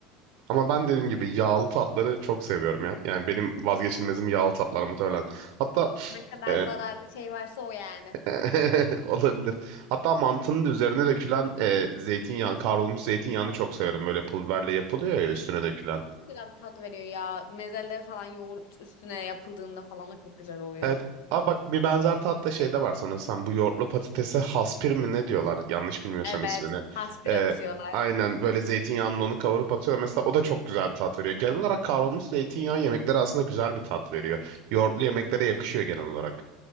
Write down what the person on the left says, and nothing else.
Ne kadar
zararlı şey varsa o yani.
Çok güzel bir tat veriyor ya. Mezelde falan yoğurt üstüne yapıldığında falan da çok güzel oluyor.
Evet.
Hasbir
atıyorlar.